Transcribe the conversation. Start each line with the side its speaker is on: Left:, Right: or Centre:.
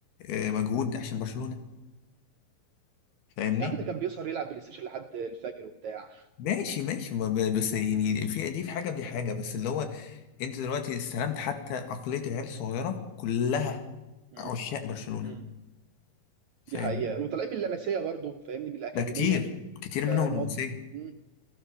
Left: آه، مجهود عشان برشلونة فاهمني
Right: يا عم ده كان بيسهر يلعب بلاي ستيشن لحد الفجر وبتاع
Left: ماشي ماشي ما ب- بس يعني في دي في حاجة ودي حاجة بس اللي هو انت دلوقتي استلمت حتى
Right: مم.
Left: عقلية العيال الصغيرة كلها
Right: مم.
Left: عشاق برشلونة
Right: مم.
Left: فاهمني
Right: دي حقيقه وطالعين من اللمسيه برضه فاهمني من الاكاديميه
Left: ده كتير كتير منهم
Right: فالموضوع
Left: رومانسية
Right: مم.